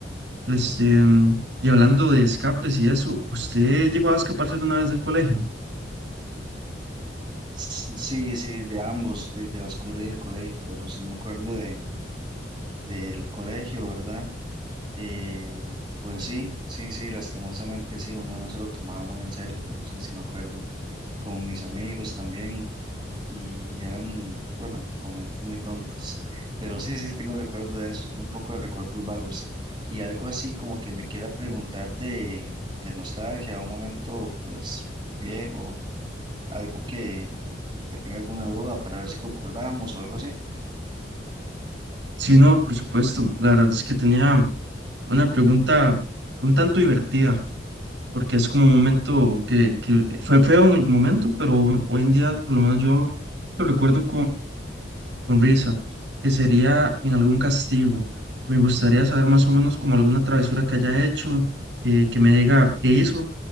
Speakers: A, on the right; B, on the right.
A: Este, mm, y hablando de escapes y eso, ¿usted llegó a escaparse alguna vez del colegio?
B: S- Sí, sí, de ambos, de, de la escuela y el colegio, pero sí me acuerdo de del colegio, ¿verdad? Eh, pues sí, sí, sí, lastimosamente sí, uno no se lo tomaba muy en serio, pero sí, sí me acuerdo, con mis amigos también, y eran, bueno, momentos muy tontos, pero sí, sí, tengo recuerdos de esos, un poco de recuerdos vagos, y algo así como que me quiera preguntar de, de nostalgia, un momento pues viejo, algo que, que tenga alguna duda para ver si concordamos o algo así.
A: Sí, no, por supuesto. La verdad es que tenía una pregunta un tanto divertida, porque es como un momento que, que fue feo en el momento, pero hoy en día por lo menos yo lo recuerdo con risa, que sería en algún castigo. Me gustaría saber más o menos como alguna travesura que haya hecho, eh, que me diga qué hizo